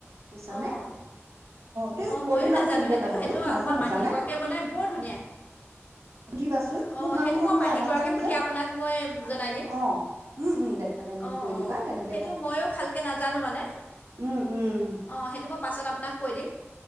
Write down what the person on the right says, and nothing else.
বুইছানে
তুমি
কৈ
দিবাচোন
কেনেকে
বনাই
নাজানো
বুইছানে
সুধিবাচোন
মোৰ বনাব
মন
যায়
নাজানো
যে
অ উম উম দেখা
কৈ
দিবা কেনেক।
উম উম